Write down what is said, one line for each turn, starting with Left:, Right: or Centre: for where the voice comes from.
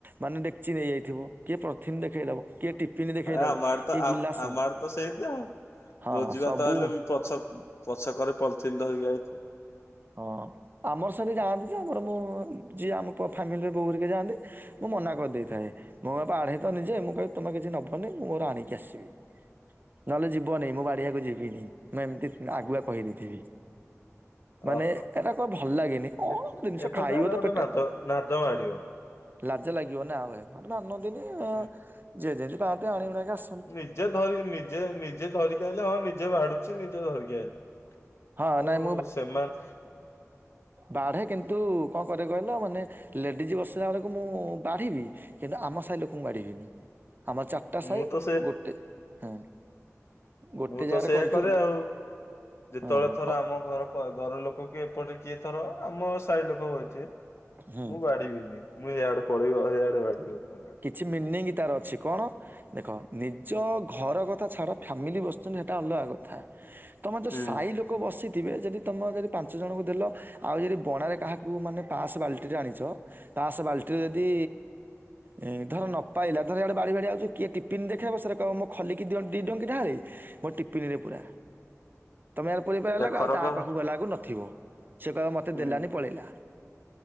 Right: ମାନେ ଡେକ୍ଚି ନେଇଯାଇଥିବ କିଏ ପ୍ରଥିନ ଦେଖେଇ ଦବ କିଏ ଟିଫିନ ଦେଖେଇ
Left: ହଁ ଏ
Right: ଦବ
Left: ଆମ ଆଡେ
Right: କିଏ
Left: ତ ଆମ
Right: ଗିଲାସ
Left: ଆମ ଆଡେ ତ ସେମିତି ଆଉ
Right: ହଁ
Left: ଭୋଜିି
Right: ସବୁ
Left: ଭାତ ହେଲେ ବି ପଛ ପଛ କରେ ପଲିଥିନ ଧରିକି ଆଇଥିବେ।
Right: ହଁ ଆମର ସେନ୍ତି ଯାଆନ୍ତି ଯେ ଆମର ମୁଁ ଯିଏ ଆମ ଫ୍ୟାମିଲିରେ ବୋଉହେରିକା ଯାଆନ୍ତି ମୁଁ ମନା କରିଦେଇଥାଏ ମୋ ବାଢେଇ ତ ନିଜେ ମୁଁ କହେ ତମେ କିଛି ନବନି ମୁଁ ମୋର ଆଣିକି ଆସିବି। ନହେଲେ ଯିବନି, ମୁଁ ବଢ଼ିଆକୁ ଯିବିନି ମୁଁ ଏମିତି ଆଗୁଆ କହିଦେଇଥିବି। ମାନେ
Left: ଓହୋ
Right: ଏଟା କ ଭଲ ଲାଗେନି। କଣ
Left: ଏଟା
Right: ଜିନିଷ
Left: ଏଟା
Right: ଖାଇବ
Left: ତାହେଲେ
Right: ତ
Left: ଗୋଟେ
Right: ପେଟେ।
Left: ନାଦ ନାଦ ମାଡିବ।
Right: ଲାଜ ଲାଗିବ ନା ଆଉ। ମାନେ ମାନନ୍ତିନି
Left: ହୁଁ
Right: ଯିଏ ଯେମିତି ପାଆନ୍ତି ଆଣିି ଉଣା କି ଆସ
Left: ନିଜେ ଧ ନିଜେ ନିଜେ ଧରିକି ଆଇଲେ ହଁ ନିଜେ ବାଢ଼ୁଛି ନିଜେ ଧରିକି ଆଇଲେ।
Right: ହଁ
Left: ଆଉ
Right: ନାଇଁ
Left: ସେମାନେ
Right: ବାଢ଼େ କିନ୍ତୁ କଣ କରେ କହିଲ ମାନେ ଲେଡ଼ିଜ୍ ବସିଲା ବେଳକୁ ମୁଁ ବାଢ଼ିବି କିନ୍ତୁ ଆମ ସାହି ଲୋକଙ୍କୁ ବାଢିବିନି। ଆମ ଚା ଟା ସାହି
Left: ମୁଁ ତ ସେ
Right: ଗୋଟେ ହଁ ଗୋଟେ
Left: ମୁଁ
Right: ଜାଗାରେ
Left: ତ ସେଇଆ
Right: କରୁଥିବୁ।
Left: କରେ ଆଉ। ଯେତେବେଳେ
Right: ଓହୋ
Left: ଥର
Right: କ
Left: ଆମ ଘର ଘର ଲୋକ କି ଏପଟେ କିଏ ଥର ଆମ ସାହି ଲୋକ ବଇଥିବେ
Right: ହୁଁ।
Left: ମୁଁ ବାଢିବିନି। ମୁଁ ଇଆଡେ ପଳେଇବ ଏଇଆଡେ। <unintelligible>
Right: କିଛି ମିନିଂ ତାର ଅଛି କଣ, ଦେଖ ନିଜ ଘର କ ଛାଡ଼ ଫାମିଲି ବସୁଛନ୍ତି ସେଟା ଅଲଗା କଥା। ତମେ ଯୋଉ
Left: ହୁଁ
Right: ସାଇ ଲୋକ ବସି ଥିବେ ଯଦି ତୁମେ ଯଦି ପାଞ୍ଚ ଜଣଙ୍କୁ ଦେଲ ଆଉ ଯଦି ବଣାରେ କାହାକୁ ମାନେ ପାସ୍ ବାଲ୍ଟିରେ ଆଣିଚ ପାସ ବାଲ୍ଟିରେ ଯଦି ଏ ଧର ନ ପାଇଲା ଧର ଏଇଆଡେ ବାଢି ବାଢି ଆଉଚ କିଏ ଟିଫିନ୍ ଦେଖେଇବ ସିଆଡେ କହିବ ମୋ ଖଲିକି ଦି ଡଙ୍କି ଢାଳେ ମୋ ଟିପିନିରେ ପୁରା। ତମେ ଆର ପୁରେଇ ପାରିଲା
Left: ଏଟା ଖରାପ
Right: ଆଉ ତା ପାଖକୁ ଗଲାକୁ ନଥିବ। ସେ କହିବ ମୋତେ
Left: ହୁଁ
Right: ଦେଲାନି ପଳେଇଲା।